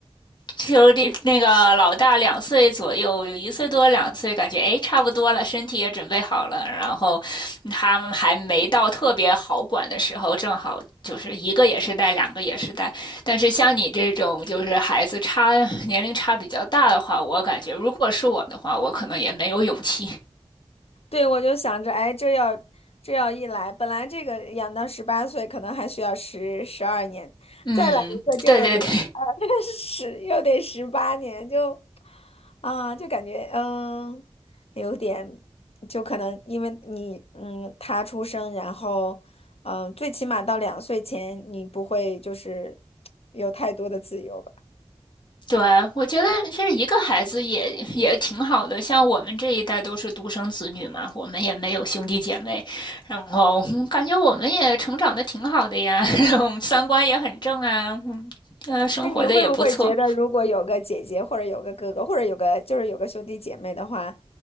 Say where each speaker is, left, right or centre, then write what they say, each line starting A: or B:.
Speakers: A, on the left; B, on the left.
A: 就那那个老大两岁左右，有一岁多两岁，感觉哎差不多了，身体也准备好了，然后他们还没到特别好管的时候，正好就是一个也是带，两个也是带。但是像你这种就是孩子差年龄差比较大的话，我感觉如果是我的话，我可能也没有勇气。
B: 对，我就想着，哎，这要这要一来，本来这个养到十八岁可能还需要十十二年，
A: 嗯，
B: 再来一个就又得呃
A: 对对对
B: <laughs> 十，又得十八年，就啊，就感觉嗯，有点，就可能因为你嗯，他出生，然后嗯，最起码到两岁前，你不会就是有太多的自由吧。
A: 对啊，我觉得其实一个孩子也也挺好的。像我们这一代都是独生子女嘛，我们也没有兄弟姐妹，然后嗯感觉我们也成长的挺好的呀，<laughs> 然后三观也很正啊，嗯，呃，生活的也不错。
B: 那你会不会觉得，如果有个姐姐或者有个哥哥，或者有个就是有个兄弟姐妹的话，